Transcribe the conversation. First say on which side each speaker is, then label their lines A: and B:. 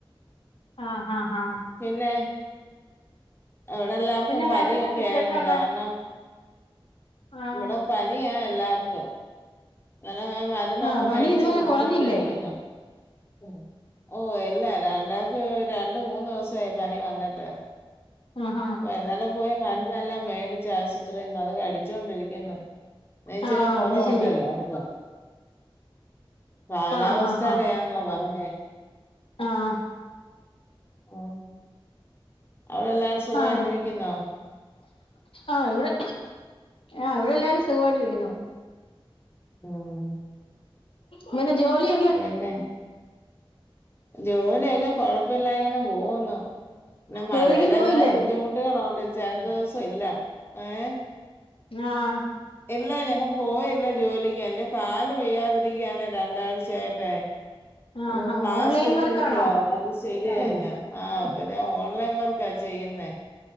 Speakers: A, on the left; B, on the left.
A: ആഹ് ആഹ് ആഹ്
B: പിന്നെ തനവിടെ എല്ലാർക്കും
A: പിന്നെ
B: പനിയൊക്കെയാര്ന്നു.
A: വേറെന്നാ വിശേഷം ഉള്ളെ
B: കാര്ണം
A: ആഹ്
B: ഇബെടെ പനിയാ എല്ലാർക്കും എളേ <unintelligible> രുന്നൊക്കെ
A: ആഹ് പനി
B: മേടിച്ചു
A: ഇതുവരെ
B: കുടിച്ചോ
A: കുറഞ്ഞില്ലേ
B: ണ്ടിരിയ്ക്കുന്നു ഉം എല്ലാ രണ്ടാക്കും രണ്ടു മൂന്നു ദിവസ് ചേ പനി വന്നിട്ട്
A: അഹ് അഹാ
B: ഏതാലും പോയി മരുന്നെല്ലാം മേടിച്ചാശുപ ഇത്രേം അത് കഴിച്ചോണ്ടിരിയ്ക്കുന്നു. ന്നൈച്ചിരി
A: ആഹ്
B: കൊറവൊണ്ടെ
A: അത് ശരി
B: എല്ലാർക്കും കാലാവസ്ഥത്തേടെയാന്നാ
A: ആഹ് ആഹ്
B: പറഞ്ഞേ
A: ആഹ്
B: ഉം അവിടെ എല്ലാരും സുഖായിട്ടിരിക്കുന്നോ
A: ആഹ് ആഹ് ഇവിടെ ആഹ് ഇവിടെ എല്ലാരും സുഖായിട്ടിരിക്കുന്നു
B: ഉം
A: ഇമെനെ ജോല്യ
B: പിന്നെ ജോലിയൊക്കെ കൊഴപ്പില്ലാതിങ്ങനെ പോകുന്നു പിന്നെ മഴടേതായ
A: ജോലിക്ക് പോയില്ലേ
B: ബുദ്ധിമുട്ടുകളാണ്ട്ച്ചാ ചെല ദെവസ ഇല്ല ഏഹ്
A: ആഹ്
B: ഇല്ല ഞാനു പോയില്ലജോലിക്ക്. എന്റെ കാലു വയ്യാതിരിക്കയാണ് രണ്ടാഴ്ച് ചേട്ടേ
A: ആഹാ
B: അത് പ്ലാസ്റ്ററിട്ടിരിക്ക്യാ
A: ഓൺലൈൻ വർക്കാണോ
B: <unintelligible> ശരിയായില്ല. ആഹ് അപ്പം ഞാൻ ഓൺലൈൻ വർക്കാ ചെയ്യുന്നേ